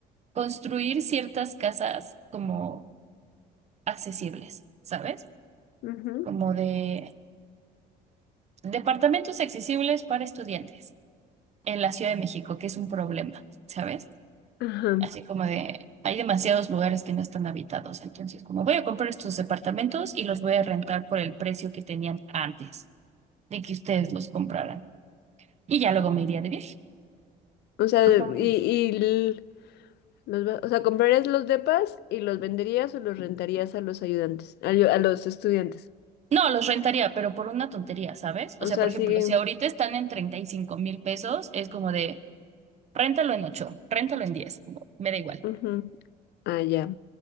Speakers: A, on the right; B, on the left.
A: construir ciertas casas como accesibles, ¿sabes?
B: Ujú.
A: Como de departamentos accesibles para estudiantes en la Ciudad de México, que es un problema, ¿sabes?
B: Ajá.
A: Así como de, hay demasiados lugares que no están habitados. Entonces, como voy a comprar estos departamentos y los voy a rentar por el precio que tenían antes de que ustedes los compraran. Y ya luego me iría de viaje.
B: O sea,
A: O
B: y,
A: sea,
B: y l- Los va- o sea, ¿comprarías los depas y los venderías o los rentarías a los ayudantes, a, yo- a los estudiantes?
A: No, los rentaría, pero por una tontería, ¿sabes? O
B: O
A: sea,
B: sea,
A: por ejemplo,
B: siguen.
A: si ahorita están en treinta y cinco mil pesos, es como de, réntalo en 8 réntalo en 10 como, me da igual.
B: ujú. Ah, ya.